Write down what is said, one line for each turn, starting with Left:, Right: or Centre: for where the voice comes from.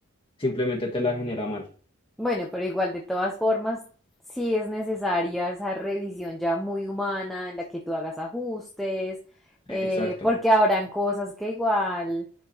Left: simplemente te la genera mal.
Centre: Bueno, pero igual de todas formas, sí es necesaria esa revisión ya muy humana en la que tú hagas ajustes, eh,
Left: Exacto.
Centre: porque habrán cosas que igual